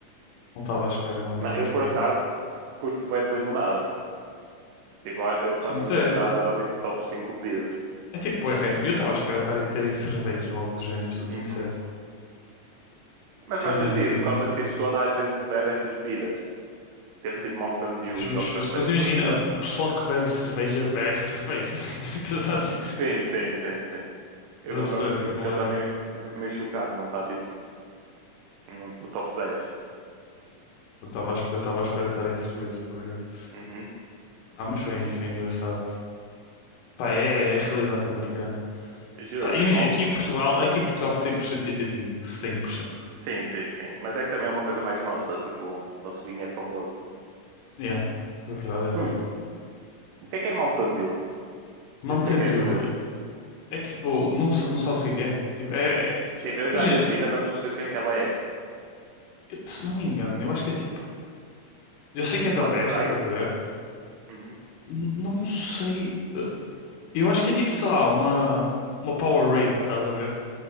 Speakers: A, on the left; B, on the right.
A: não estava à espera, não estava
B: Não, eu
A: à espera.
B: por acaso curto bem de limonada. Tipo, ah, eu, para
A: Sim,
B: mim
A: mas é,
B: limonada dá tipo top 5 bebidas.
A: é tipo, bué random. Eu estava à espera estar, a ter aí cerveja ou algo do género, sou sincero.
B: Uhum. Mas
A: Por isso
B: faz
A: é que eu
B: sentido,
A: disse vinho
B: por causa
A: e cerveja.
B: que tipo toda a gente bebe estas bebidas. Tem tipo Mountain Dew
A: Justo,
B: e Dr.
A: justo.
B: Pepper.
A: Mas imagina, a- o pessoal que bebe cerveja, bebe cerveja. <laughs> Pensar assim.
B: Sim, sim, sim, sim. Eu
A: Mas
B: concordo
A: a pessoa, tipo,
B: que
A: não
B: eu também,
A: é.
B: eu também estou meio chocado, não está tipo no, no top dez
A: Eu estava à espe- eu estava à espera estar aí cerveja, por acaso.
B: Uhum.
A: Ah, mas foi, foi engraçado. Pá, é, é a realidade americana.
B: Juro,
A: Pá,
B: tipo,
A: imagina,
B: mal...
A: aqui em Portugal, aqui em Portugal 100% ia ter vinho, 100%.
B: Sim, sim, sim. Mas é que também é uma coisa mais nossa, tipo, o nosso vinho é famoso.
A: Yeah, é verdade, é verdade.
B: Hum, o que é que é Mountain Dew?
A: Mountain
B: Tipo, o que é que é
A: Dew
B: essa
A: é, é tipo, não, sa- não sabes o que é que é. Tipo, é, é-
B: Tipo, eu já
A: Imagina,
B: vi a bebida, mas não sei o que é que ela é.
A: eu- se não me engano, eu acho que é tipo, eu sei que
B: Tipo
A: é da
B: uma
A: Pepsi,
B: Sprite?
A: estás a ver?
B: Uhum.
A: N- não sei, eh, eu acho que é tipo, sei lá, uma uma Powerade, estás a ver?